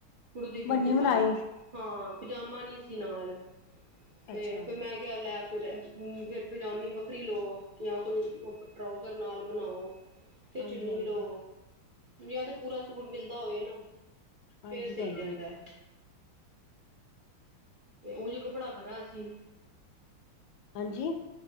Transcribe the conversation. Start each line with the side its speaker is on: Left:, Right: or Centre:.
Right: ਕੁੜਤੀ -ਕੁੜਤੀ
Left: ਬੰਨੀ
Right: ਖਾਲੀ।
Left: ਬਣਾਈ
Right: ਹਾਂ ਪਜਾਮਾ ਨੀ ਸੀ ਨਾਲ ਤੇ
Left: ਅੱਛਾ
Right: ਫਿਰ ਮੈਂ ਲੈ ਫੇਰ ਫਿਰ ਪਜਾਮੀ ਵੱਖਰੀ ਲਓ ਜਾਂ ਕੋਈ ਟਰਾਊਜ਼ਰ ਨਾਲ ਬਣਾਓ।
Left: <inaudible>
Right: ਤੇ ਚੁੰਨੀ
Left: ਹਾਂਜੀ
Right: ਲਓ ਯਾ ਤਾਂ ਪੂਰਾ ਸੂਟ ਮਿਲਦਾ ਹੋਵੇ ਨਾ।
Left: ਹਾਂਜੀ
Right: ਫੇਰ ਸਹੀ
Left: ਭੈਣ
Right: ਰਹਿੰਦਾ
Left: ਜੀ
Right: ਏ। ਤੇ ਉਂਝ ਕੱਪੜਾ ਖਰਾ ਸੀ।
Left: ਹਾਂਜੀ।